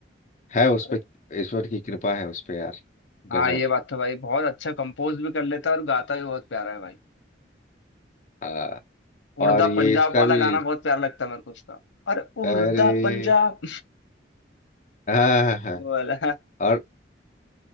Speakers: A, on the left; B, on the left.
A: है उस
B: अरे
A: पे ईश्वर की कृपा है उस पे यार
B: हाँ
A: गजब
B: ये बात तो भाई बहुत अच्छा कंपोज भी कर लेता है और गाता भी बहुत प्यारा है भाई
A: आ, और
B: उड़दा
A: ये
B: पंजाब
A: इसका
B: वाला
A: भी
B: गाना बहुत प्यारा लगता है मेरे को उसका और उड़दा
A: अरे
B: पंजाब
A: हाँ
B: <laughs> वाला
A: और